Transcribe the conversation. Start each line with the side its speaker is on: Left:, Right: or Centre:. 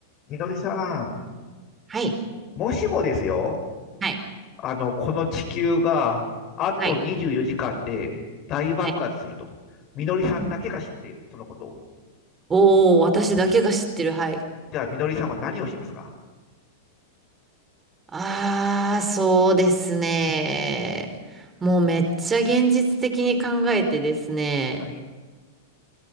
Left: みのりさん、
Right: はい。
Left: もしもですよ、
Right: はい。
Left: あの、この地球があと24時間で大爆発すると、
Right: はい。はい。
Left: みのりさんだけが知っている、
Right: うん
Left: そのことを。
Right: おー、私だけが知ってる。はい。
Left: じゃあ、みのりさんは何をしますか
Right: ああそうですね。もうめっちゃ現実的に考えてですね。
Left: はい。